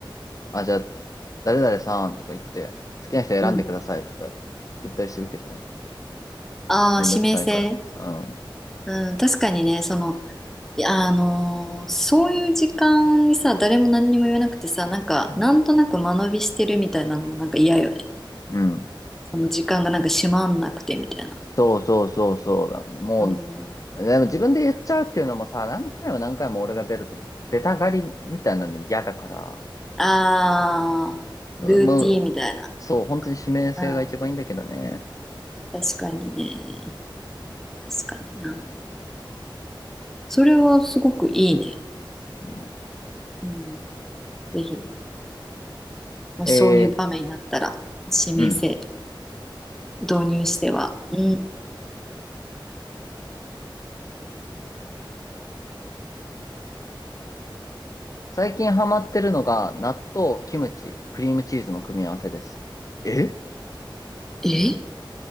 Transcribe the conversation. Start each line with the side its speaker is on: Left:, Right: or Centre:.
Left: あ、じゃあ、誰々さんとか言って、好きな人選んでくださいとか言ったりするけどね。
Centre: うんああ、
Left: めんどくさいから。
Centre: 指名制。
Left: うん。
Centre: うん、確かにね、その、いやあのーそういう時間にさ、誰も何にも言わなくてさ、なんか、
Left: うん。
Centre: なんとなく間延びしてるみたいなのもなんか嫌よね。
Left: うん
Centre: その時間がなんか閉まんなくてみたいな。
Left: そうそうそうそうだ。もう、
Centre: うん。
Left: でも自分で言っちゃうっていうのもさ、何回も何回も俺が出ると出たがりみたいなの嫌だから、
Centre: ああ、
Left: も
Centre: ルーティーンみたいな。
Left: う、そう、本当に指名性が一番いいんだけどね。
Centre: うん。確かにね。確かにな。それはすごくいいね。
Left: うん、
Centre: うん。ぜひ、まあ、
Left: え
Centre: そういう場面になったら、指名制
Left: ー、うん
Centre: 導入しては、うん。
Left: 最近ハマってるのが、納豆、キムチ、クリームチーズの組み合わせです。え
Centre: え